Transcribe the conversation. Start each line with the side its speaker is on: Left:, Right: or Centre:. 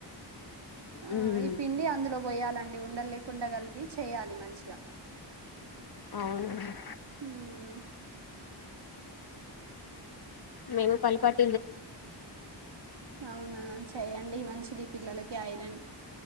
Right: ఆ
Left: ఉమ్
Right: ఈ పిండి అందులో లో పోయాలండి ఉండ లేకుండా కలిపి చేయాలి మంచిగా
Left: అవును
Right: హ్మ్మ్
Left: మేము పల్లి పట్టి
Right: అవునా చెయ్యడి మంచి శది పిల్లలకి ఐరన్